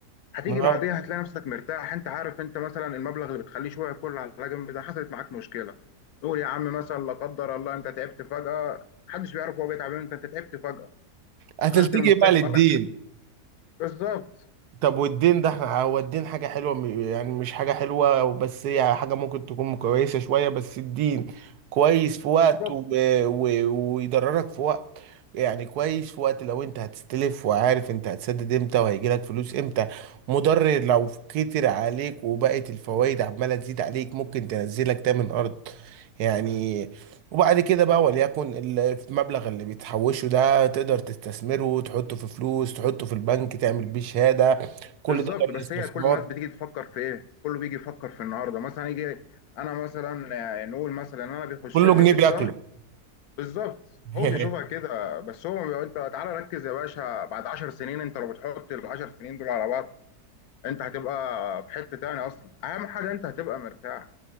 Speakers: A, on the left; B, on the right.
A: هتيجي
B: ما
A: بعديها
B: هو
A: هتلاقي نفسك مرتاح انت عارف انت مثلا المبلغ اللي بتخليه شويه كله على جنب ده حصلت معاك مشكله نقول يا عم مثلا لا قدر الله انت تعبت فجاه محدش بيعرف هو بيتعب امتى انت تعبت فجاه
B: هتلتجي
A: دخلت المستشفى
B: بقى للدين
A: قال لك بالظبط
B: طب والدين ده احنا هو الدين حاجة حلوة م- يعني مش حاجة حلوة بس هي حاجة ممكن تكون كويسة شوية بس الدين كويس في وقت
A: بالظبط
B: و... و... ويضررك في وقت يعني كويس في وقت لو انت هتستلف وعارف انت هتسدد امتى وهيجيلك فلوس امتى مضر لو كتر عليك وبقت الفوائد عمالة تزيد عليك ممكن تنزلك تامن ارض يعني وبعد كده بقى وليكن ال- المبلغ اللي بتحوشه ده تقدر تستثمره تحطه في فلوس تحطه في البنك تعمل بيه شهادة كل
A: بالظبط
B: ده كان
A: بس
B: استثمار
A: هي كل الناس بتيجي تفكر في ايه كله بيجي يفكر في النهارده مثلا يجي انا مثلا آه، نقول مثلا انا بيخش
B: كله
A: لي
B: جنيه
A: في
B: بياكله
A: الشهر بالظبط
B: <laughs>
A: هو بيشوفها كده بس هو بيبقى- انت تعالى ركز يا باشا بعد 10 سنين انت لو بتحط ال 10 سنين دول على بعض انت هتبقى في حتة تاني اصلا اهم حاجة انت هتبقى مرتاح